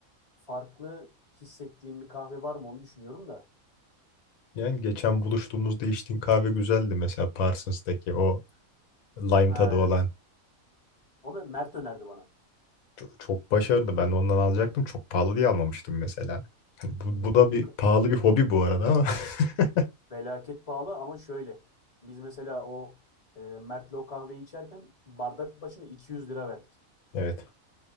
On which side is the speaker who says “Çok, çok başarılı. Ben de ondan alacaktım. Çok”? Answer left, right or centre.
Left